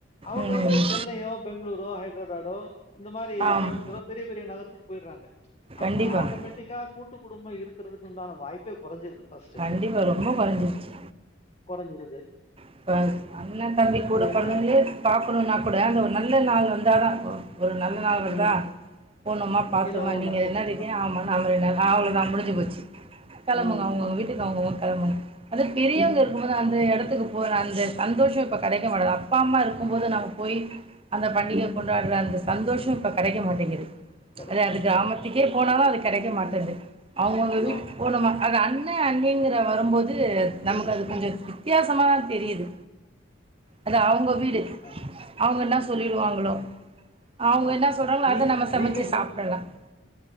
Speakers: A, on the left; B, on the right.
A: அவுங்க
B: ம்
A: வந்து சென்னையோ பெங்களூரோ ஹைட்ராபாடோ இந்த மாரி
B: ஆமாம்
A: கோயம்புத்தூரோ பெரிய பெரிய நகரத்துக்கு போயிட்றாங்க அப்ப
B: கண்டிப்பாக
A: ஆட்டோமேட்டிக்கா கூட்டு குடும்போ இருக்கறதுக்கு உண்டான வாய்ப்பே கொறஞ்சிருது ஃபர்ஸ்ட்டு
B: கண்டிப்பாக ரொம்ப கொறஞ்சிருச்சி
A: கொறஞ்சிடுது
B: இப்ப அண்ணே தம்பி கூட
A: என்ன
B: பொறந்தவங்ளே பாக்கணுனா கூட அந்த ஒரு நல்ல நாள் வந்தாதா ஒரு நல்ல நாள்வருதா
A: ம்
B: போனோமா பாத்தோமா
A: எல்லாரும் ஒன்னா
B: நீங்க ரெண்
A: சேந்துக்கணும்
B: நாள் இருக்கியா ஆமா நாங்க ரெண் நாள் அவ்ளோதா முடிஞ்சு போச்சு கெளம்புங்க
A: ம்
B: அவுங்கவுங்க
A: ம்
B: வீட்டுக்கு அவுங்கவுங்க கெளம்புங் அந்த பெரியோங்க இருக்கும்போது அந்த எடத்துக்கு போற அந்த சந்தோஷோ இப்ப கெடைக்க மாட்டுது அப்பா அம்மா இருக்கும்போது நம்ம போயி அந்த பண்டிக கொண்டாட்ற அந்த சந்தோஷோ இப்ப கெடைக்க மாட்டேங்கிது
A: கிடைக்க
B: அதா அது
A: மாட்டேங்குது
B: கிராமத்துக்கே போனாலு அது கெடைக்க மாட்டேந்து அவுங்கவுங்க வீட்டுக்கு
A: ஆமாங்க
B: போனுமா அது அண்ணே அண்ணிங்கற வரம்போது நமக்கு அது கொஞ்சோ வித்தியாசமா தா தெரிது அது அவுங்க வீடு
A: ஆ
B: அவுங்க என்னா சொல்லிருவாங்ளோ
A: ஆ
B: அவுங்க
A: ஆமா
B: என்ன சொல்றாங்ளோ
A: நீ
B: அத நம்ம சமச்சி
A: நீங்க
B: சாப்டலா <inaudible>